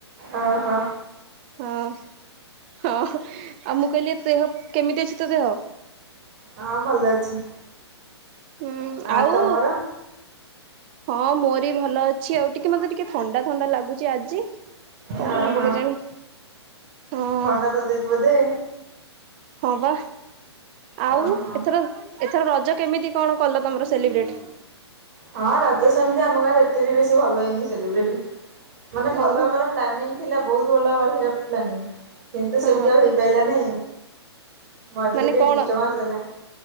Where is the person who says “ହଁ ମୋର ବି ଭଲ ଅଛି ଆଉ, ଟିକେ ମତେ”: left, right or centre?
Right